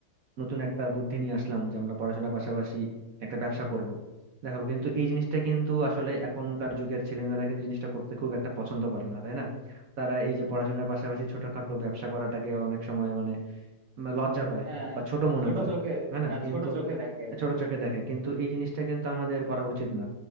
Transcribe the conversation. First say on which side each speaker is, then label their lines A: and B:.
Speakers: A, on the right; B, on the right.
A: নতুন একটা বুদ্ধি নিয়ে আসলাম যে আমরা পড়াশোনার পাশাপাশি একটা ব্যবসা করব দেখো কিন্তু এই জিনিসটা কিন্তু আসলে এখনকার যুগের ছেলেমেয়েরা কিন্তু জিনিসটা করতে খুব একটা পছন্দ করে না তাই না তারা এই যে পড়াশোনার পাশাপাশি ছোটখাটো ব্যবসা করাটাকে অনেক সময় মানে উম, লজ্জা পায়
B: হ্যাঁ
A: বা ছোট মনে
B: ছোট
A: করে
B: চোখে
A: হ্যাঁ
B: হ্যাঁ
A: না কিন্তু
B: ছোট চোখে দেখে আর
A: ছোট
B: কি
A: চোখে দেখে কিন্তু এই জিনিসটা কিন্তু আমাদের করা উচিত না